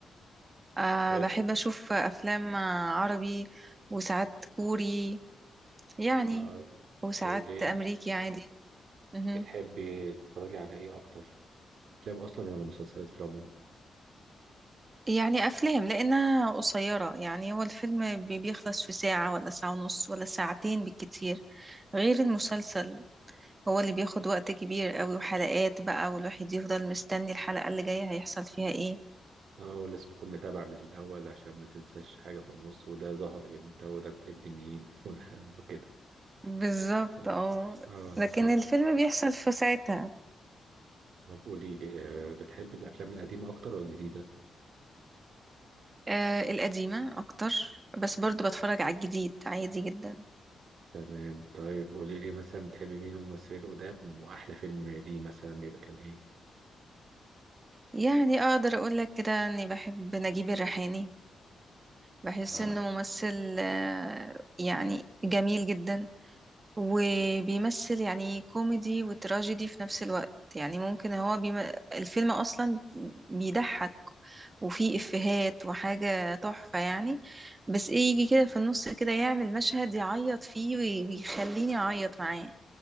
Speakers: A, on the right; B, on the right.
A: أه
B: حلو
A: بحب اشوف افلام آه، عربي وساعات كوري يعني
B: طيب
A: وساعات
B: قولي
A: امريكي
B: لي
A: عادي مهم.
B: بتحبي تتفرجي على ايه اكتر افلام اصلا ولا مسلسلات في العموم
A: يعني افلام لانها قصيرة يعني هو الفيلم بي- بيخلص في ساعة ولا ساعة ونص ولا ساعتين بالكتير غير المسلسل هو اللي بياخد وقت كبير قوي وحلقات بقى والواحد يفضل مستني الحلقة اللي جاية هيحصل فيها ايه
B: اه ولازم تكون متابع من الاول عشان ما تنساش حاجه في النص وده ظهر امتى وده ابن مين <laughs> وده وكده
A: بالظبط
B: ف-
A: اه
B: اه
A: لكن
B: طب
A: الفيلم بيحصل في ساعتها
B: طب قولي لي آه، بتحبي الافلام القديمه اكتر ولا الجديده
A: آه القديمة أكتر بس برضو بتفرج على الجديد عادي جدا
B: تمام طيب قولي لي مثلا بتحبي مين من الممثلين القدام واحلى فيلم ليه مثلا بيبقى كان ايه
A: يعني أقدر أقولك كده أني بحب نجيب الريحاني بحس
B: مم.
A: إنه ممثل آه يعني جميل جدا وبيمثل يعني كوميدي وتراجيدي في نفس الوقت يعني ممكن هو بيم... الفيلم أصلا بيضحك وفيه إفيهات وحاجة تحفة يعني بس إيه يجي كده في النص كده يعمل مشهد يعيط فيه وي- ويخليني أعيط معاه